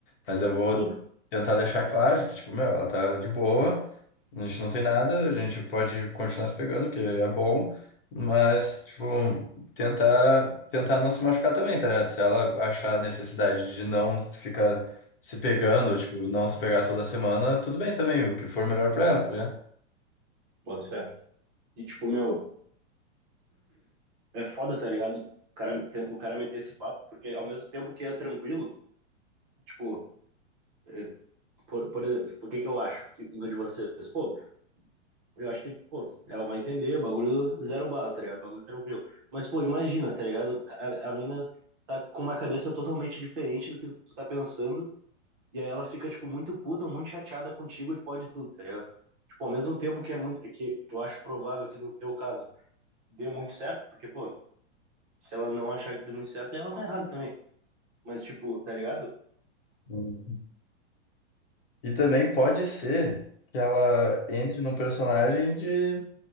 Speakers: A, on the left (about 50°); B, on the right (about 25°).
A: Mas eu vou
B: Sim,
A: tentar deixar claro de que, tipo, meu, ela tá de boa, a gente não tem nada, a gente pode continuar se pegando, que é bom, mas, tipo, tentar, tentar não se machucar também, tá ligado? Se ela achar necessidade de não ficar se pegando, tipo, não se pegar toda semana, tudo bem também, o que for melhor pra ela, tá ligado?
B: boto fé. E tipo, meu, é foda, tá ligado? O cara, te- o cara meter esse papo, porque ao mesmo tempo que é tranquilo, tipo, é, por, por, exemplo, por que que eu acho que do de vocês? Pô, eu acho que, pô, ela vai entender, bagulho zero bala, tá ligado? Bagulho tranquilo. Mas, pô, imagina, tá ligado? A, a mina tá com uma cabeça totalmente diferente do que tu tá pensando, e aí ela fica, tipo, muito puta, muito chateada contigo e fode tudo, tá ligado? Tipo, ao mesmo tempo que é muito, que eu acho provável que no teu caso dê muito certo, porque, pô, se ela não achar que deu muito certo, ela tá errada também. Mas, tipo, tá ligado?
A: Uhum. E também pode ser que ela entre num personagem de,